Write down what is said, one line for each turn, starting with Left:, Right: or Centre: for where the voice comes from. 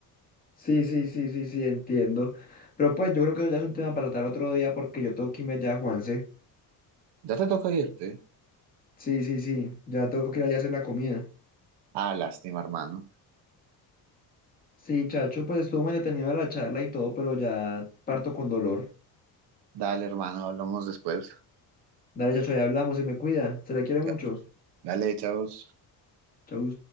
Left: Sí, sí, sí, sí, sí, entiendo. Pero pues yo creo que eso ya es un tema para tratar otro día porque yo tengo que irme ya, Juanse.
Right: Ya te toca irte.
Left: Sí, sí, sí, ya tengo que ir allá a hacer la comida.
Right: Ah, lástima, hermano.
Left: Sí, chacho, pues estuvo muy detenido la charla y todo, pero ya parto con dolor.
Right: Dale, hermano, hablamos después.
Left: Dale, chacho, ya hablamos, se me cuida, se le quiere
Right: Ya.
Left: mucho.
Right: Dale, chavos.
Left: Chau.